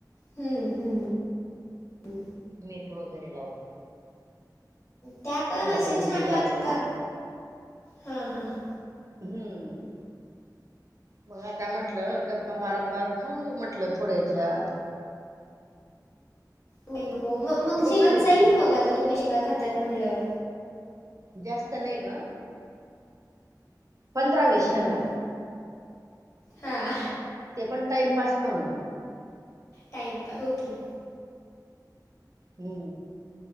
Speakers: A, on the left (about 45°); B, on the right (about 45°).
A: हम, हम.
B: मीठ वगैरे लाऊन.
A: त्या पण असे
B: त्यांनी
A: छान
B: दिल्या
A: लागतात.
B: होत्या
A: हा, हा, ह.
B: हम्म. मग आता म्हटलं. गप्पा मारत - मारत खाऊन घेऊ म्हटलं. थोड्याच्या.
A: हो, हो. मग- मग
B: बसली
A: जेवण
B: होती
A: जाईल
B: मी
A: मग. आता तुम्ही शेंगा खातायत म्हणल्यावर.
B: जास्त नाही गं. पंधरा - वीस
A: हम्म
B: शेंगा.
A: हम्म हा.
B: ते पण, टाइमपास म्हणून.
A: टाईमपा, हो की.
B: हो.